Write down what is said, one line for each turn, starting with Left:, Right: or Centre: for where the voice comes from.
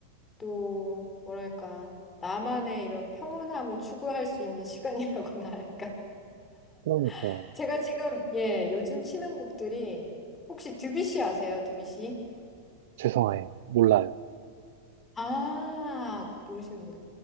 Left: 또, 뭐랄까, 나만의 이런 평온함을 추구할 수 있는 시간이라고나 할까.
Right: 그러니까
Left: <laughs> 제가 지금, 예, 요즘 치는 곡들이, 혹시 드뷔시 아세요? 드뷔시?
Right: 죄송해요. 몰라요.
Left: 아, 모르시는구나.